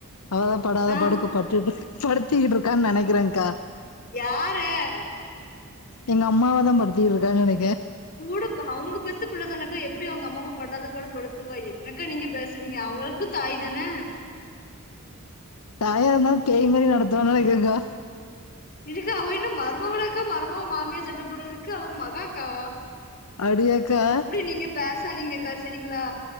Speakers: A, on the left; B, on the left.
A: அவதா படாதபாடு
B: ஆஹ்
A: இப்ப பட்டுகிட்ட படுத்திகிட்டு இருக்கானு நெனைக்கிறேன்கா
B: யார
A: எங்க அம்மாவதா படுத்திகிட்டு இருக்கான்னு நெனைக்குற
B: கூடப் அவுங்க பெத்த புள்ளதானக்கா எப்புடி அவுங்க அம்மாவ படாதபாடு படுத்துவா என்னக்கா நீங்க பேசுறீங்க அவளுக்கு தாய் தானே
A: தாயா இருந்தாலு பேய் மாரி நடத்துவான்னு நெனைக்கிறேகா
B: இதுக்கு அவ என்ன மருமவளாக்கா மருமொவ மாமியா சண்ட போட்றதுக்கு அவா மஹாக்கா
A: அப்டியாக்கா
B: இப்டி நீங்க பேசாதீங்கக்கா செரிங்களா